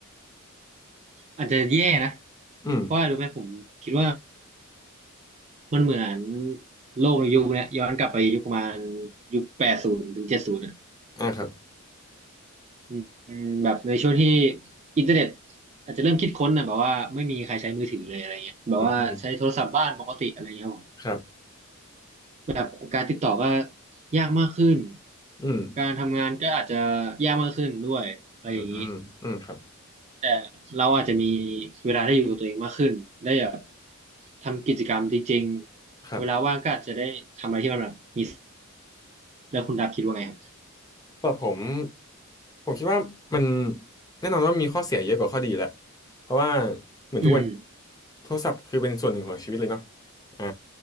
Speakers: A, on the right; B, on the left.
A: อาจจะแย่นะ
B: อืม
A: เพราะว่ารู้ไหมผมคิดว่ามันเหมือนโลกในยุคเนี้ยย้อนกลับไปยุคประมาณยุคแปดศูนย์ถึงเจ็ดศูนย์อ่ะ
B: อ่าครับ
A: อืมอืมแบบในช่วงที่อินเทอร์เน็ตอาจจะเริ่มคิดค้นนะแบบว่าไม่มีใครใช้มือถือเลยอะไรเงี้ยแบบว่าใช้โทรศัพท์บ้านปกติอะไรเงี้ยครับผม
B: อืมอืมครับ
A: แบบการติดต่อก็ยากมากขึ้น
B: อืม
A: การทำงานก็อาจจะยากมากขึ้นด้วยอะไรอย่างนี้
B: อืมอืมอืมครับ
A: แต่เราอาจจะมีเวลาได้อยู่กับตัวเองมากขึ้นได้แบบทำกิจกรรมจริงๆเวลาว่างก็อาจจะได้ทำอะไรที่มันแบบมี
B: ครับ
A: แล้วคุณดับคิดว่าไงครับ
B: แต่ผมผมคิดว่ามันแน่นอนว่ามีข้อเสียเยอะกว่าข้อดีแหละเพราะว่าเหมือนทุกวัน
A: อืม
B: โทรศัพท์คือเป็นส่วนหนึ่งของชีวิตเลยเนาะอ่า